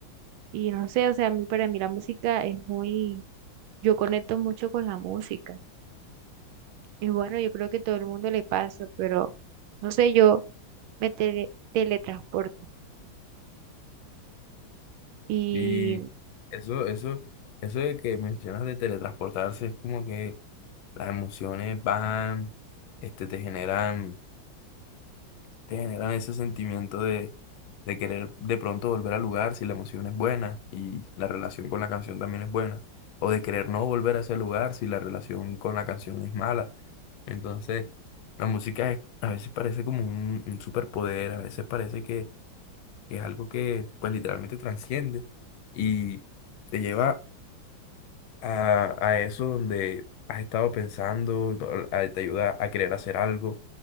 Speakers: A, on the right; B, on the left.
A: Y no sé, o sea, a mí, para mí la música es muy, yo conecto mucho con la música. Y bueno, yo creo que todo el mundo le pasa, pero no sé, yo me tele- teletransporto. Y,
B: y eso, eso, eso de que mencionas de teletransportarse es como que las emociones van, este, te generan te generan ese sentimiento de, de querer de pronto volver al lugar si la emoción es buena y la relación con la canción también es buena, o de querer no volver a ese lugar si la relación con la canción es mala. Entonces, la música es- a veces parece como un, un superpoder, a veces parece que, que es algo que pues literalmente transciende y te lleva a, a eso donde has estado pensando, do- a- te ayuda a querer hacer algo,